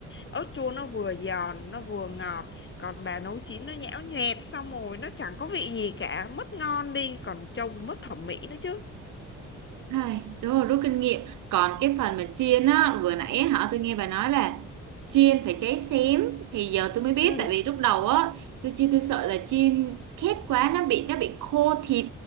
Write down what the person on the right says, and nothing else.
Ai, đúng rồi, rút kinh nghiệm. Còn cái phần mà chiên á, vừa nãy á, hả tôi nghe bà nói là chiên phải cháy xém thì giờ tôi mới biết
tại vì lúc đầu á tôi chiên tôi sợ là chiên khét quá nó bị nó bị khô thịt